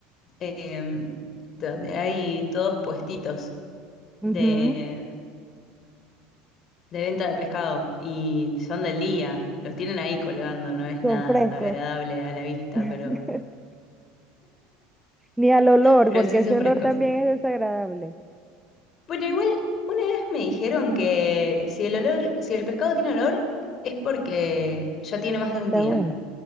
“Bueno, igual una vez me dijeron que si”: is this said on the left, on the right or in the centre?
Left